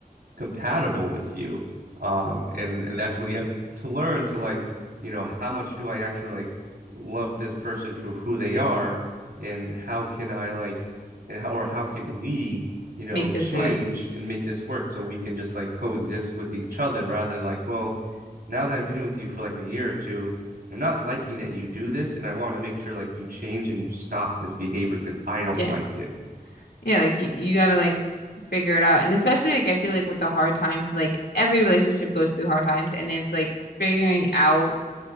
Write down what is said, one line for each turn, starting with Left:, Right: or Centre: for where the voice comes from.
Right: compatible with you. Um, and and that's when you have to learn to like, you know, how much do I actually like love this person for who they are, and how can I like, and how or how can we, you know,
Left: Make this
Right: change
Left: work.
Right: and make this work so we can just like coexist with each other rather than like, well, now that I've been with you for like a year or two. I'm not liking that you do this, and I want to make sure like you change and you stop this behavior because I don't
Left: Yeah.
Right: like it.
Left: Yeah, like you, you gotta like figure it out. And especially like I feel like with the hard times, like every relationship goes through hard times and it's like figuring out